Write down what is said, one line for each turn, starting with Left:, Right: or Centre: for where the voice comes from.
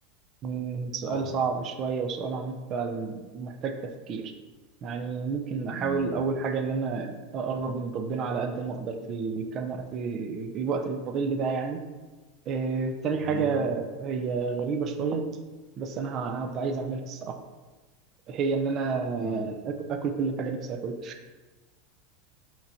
Right: مم، سؤال
Left: أه
Right: صعب شوية وسؤال عميق فعلا محتاج تفكير يعني ممكن أحاول
Left: مهم.
Right: أول حاجة إن أنا أقرب من ربنا على قد ما أقدر في كام وقت الوقت اللي فاضل لي ده يعني آه، تاني
Left: جميل
Right: حاجة هي غريبة شوية بس أنا ه- هبقى عايز أعملها الصراحة هي إن أنا
Left: مم.
Right: آك- آكل كل حاجة نفسي آكلها